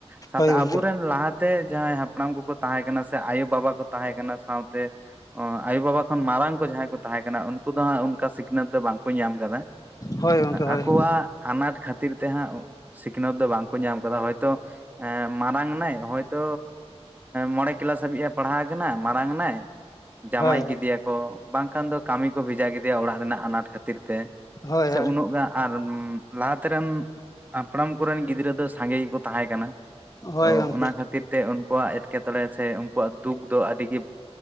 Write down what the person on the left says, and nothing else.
ᱦᱳᱭ ᱜᱚᱝᱠᱮ
ᱦᱳᱭ ᱜᱚᱝᱠᱮ ᱦᱳᱭ
ᱦᱳᱭ
ᱦᱳᱭ ᱦᱳᱭ
ᱦᱳᱭ
ᱜᱚᱝᱠᱮ